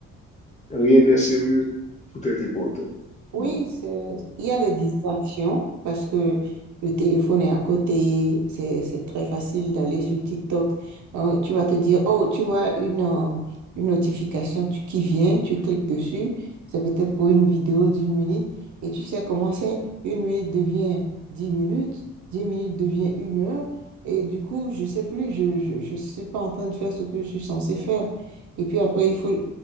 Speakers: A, on the left (about 25°); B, on the right (about 70°).
A: rien n'est sérieux, tout est important.
B: Oui,
A: Donc,
B: c'est, il y a les distractions parce que le téléphone est à côté, c'est, c'est très facile d'aller sur TikTok. Euh, tu vas te dire, oh, tu vois une, euh, une notification tu- qui vient, tu cliques dessus, c'est peut-être pour une vidéo d'une minute et tu sais comment c'est, une minute devient dix minutes, dix minutes devient une heure et du coup, je sais plus, je, je, je suis pas en train de faire ce que je suis censée faire. Et puis après, il faut